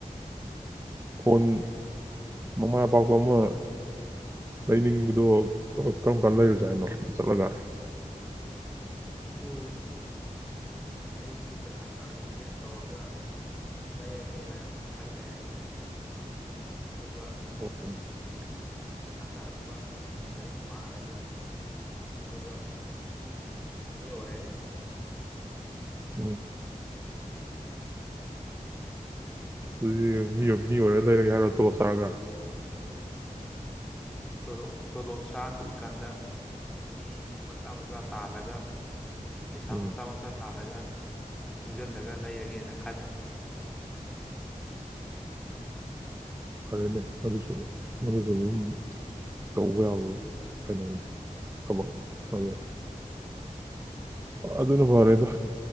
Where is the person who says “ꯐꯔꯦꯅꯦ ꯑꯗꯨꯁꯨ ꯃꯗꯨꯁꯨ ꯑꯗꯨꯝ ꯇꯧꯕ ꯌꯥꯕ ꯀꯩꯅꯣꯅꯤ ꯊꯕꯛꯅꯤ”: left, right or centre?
Right